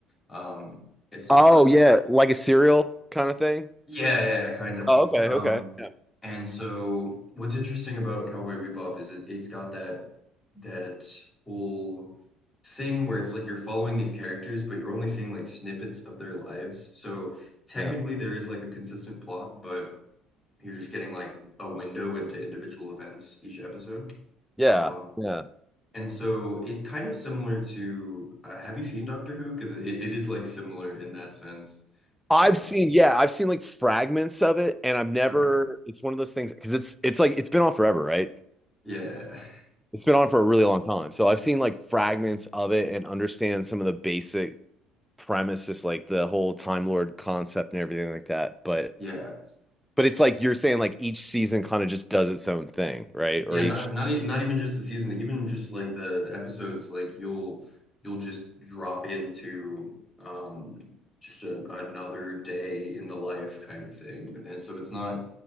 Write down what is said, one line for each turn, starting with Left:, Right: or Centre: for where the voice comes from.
Left: Um, it's
Centre: Oh
Left: not
Centre: yeah, like a serial kind of thing.
Left: Yeah, yeah, yeah, kind of.
Centre: Oh, okay,
Left: Um,
Centre: okay. Yeah.
Left: and so what's interesting about Cowboy Bebop is it it's got that that whole thing where it's like you're following these characters, but you're only seeing like snippets of their lives. So technically
Centre: Yeah.
Left: there is like a consistent plot, but you're just getting like a window into individual events each episode.
Centre: Yeah.
Left: Um,
Centre: Yeah.
Left: and so it kind of similar to uh, have you seen Doctor Who? Because it, it is like similar in that sense.
Centre: I've
Left: Uh,
Centre: seen, yeah, I've seen like fragments of it, and I've never.
Left: okay.
Centre: It's one of those things because it's it's like it's been on forever, right?
Left: Yeah. <laughs>
Centre: It's been on for a really long time, so I've seen like fragments of it and understand some of the basic premise is like the whole Time Lord concept and everything like that. But
Left: Yeah,
Centre: but it's like you're saying like each season kind of just does its own thing, right? Or
Left: Yeah,
Centre: each
Left: not not e- not even just the season, even just like the the episodes, like you'll you'll just drop into um just a, another day in the life kind of thing. And so it's not